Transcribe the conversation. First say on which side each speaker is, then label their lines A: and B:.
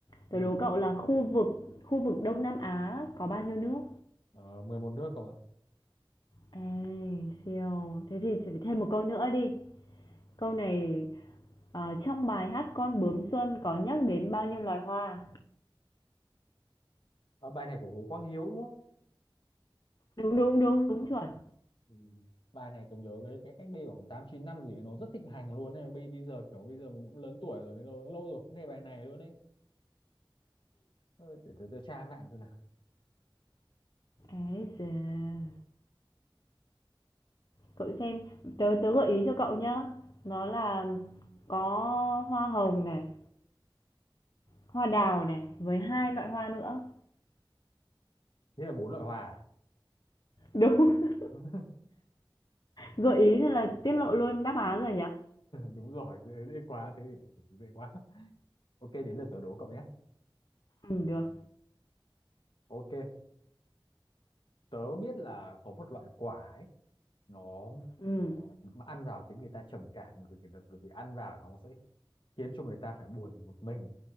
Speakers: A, on the left; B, on the left.
A: Ừ.
B: Tớ đố cậu là khu vực khu vực Đông Nam Á có bao nhiêu nước?
A: Ờ, 11 nước cậu ạ.
B: Ê, siêu. Thế thì chỉ phải thêm một câu nữa đi. Câu này, ờ, trong bài hát Con bướm xuân có nhắc đến bao nhiêu loài hoa?
A: Ờ, bài này của Hồ Quang Hiếu đúng không?
B: Đúng, đúng, đúng, đúng chuẩn.
A: Ừ. Bài này tôi nhớ cái cái cách đây khoảng 8 9 năm gì ấy, nó rất thịnh hành luôn này. Bây bây giờ kiểu bây giờ mình cũng lớn tuổi rồi, cái lâu lâu rồi cũng nghe bài này luôn đấy. Ôi, Để tôi, tôi tra mạng xem nào.
B: ê giời. Cậu xem, tớ tớ gợi ý cho cậu nhá. Nó là có hoa hồng này, Hoa đào này, với hai loại hoa nữa.
A: Thế là bốn loại hòa.
B: Đúng. <laughs>
A: à? <laughs>
B: Gợi ý thì là tiết lộ luôn đáp án rồi nhỉ?
A: Đúng rồi, dễ, dễ quá thế thì dễ quá. Ok đến lượt tớ đố cậu nhé.
B: Ừm, được.
A: Ok. tớ biết là có một loại quả ấy nó
B: Ừm.
A: mà ăn vào khiến người ta trầm cảm bởi vì, bởi vì ăn vào nó sẽ khiến cho người ta phải buồn một mình